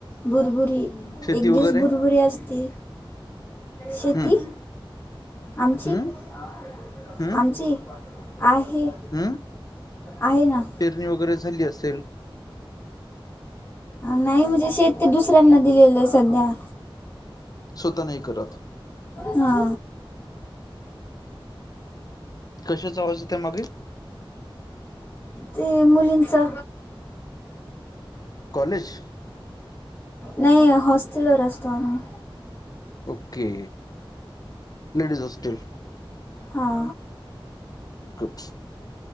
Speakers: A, on the left; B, on the left.
A: भुरबुरी.
B: शेती
A: एक
B: वगैरे
A: दिवस भुरबुरी असती.
B: हम्म
A: शेती आमची-आमची.
B: हम्म हम्म
A: आहे.
B: हम्म
A: आहे ना.
B: पेरणी वगैरे झाली असेल.
A: नाही म्हणजे शेत ते दुसऱ्यांना दिलेलं आहे सध्या.
B: स्वतः नाही करत.
A: हा.
B: कशा आवाज येतोय मागे.
A: ते मुलिंचा.
B: कॉलेज.
A: नाही हॉस्टल वर असतो आम्ही.
B: Okay ladies hostel.?
A: हा.
B: गुडस.